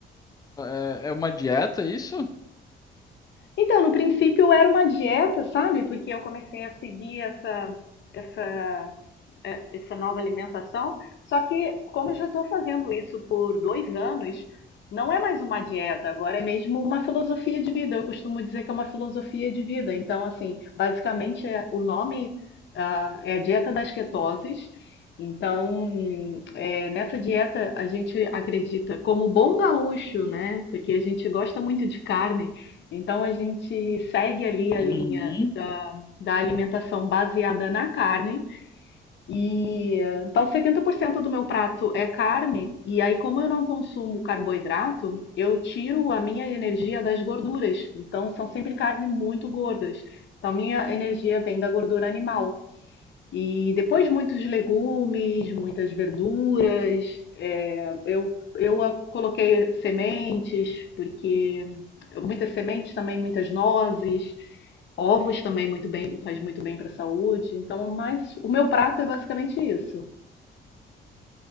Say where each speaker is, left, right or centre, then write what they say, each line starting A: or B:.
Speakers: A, on the left; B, on the left.
A: É é uma dieta, isso?
B: Então, no princípio era uma dieta, sabe? Porque eu comecei a seguir essa, essa é, essa nova alimentação. Só que, como eu já estou fazendo isso por dois anos, não é mais uma dieta, agora é mesmo uma filosofia de vida. Eu costumo dizer que é uma filosofia de vida. Então, assim, basicamente é- o nome ah, é a dieta das ketoses. Então, é, nessa dieta a gente acredita, como bom gaúcho, né? Porque a gente gosta muito de carne, então a gente segue ali
A: Uhum.
B: a linha da, da alimentação baseada na carne, e eh, então 70% do meu prato é carne, e aí como eu não consumo carboidrato, eu tiro a minha energia das gorduras. Então são sempre carne muito gordas. Então minha energia vem da gordura animal. E depois muitos legumes, muitas verduras. é, eu eu a- coloquei sementes, porque muitas sementes também, muitas nozes, ovos também muito bem, faz muito bem para a saúde. Então, mas o meu prato é basicamente isso.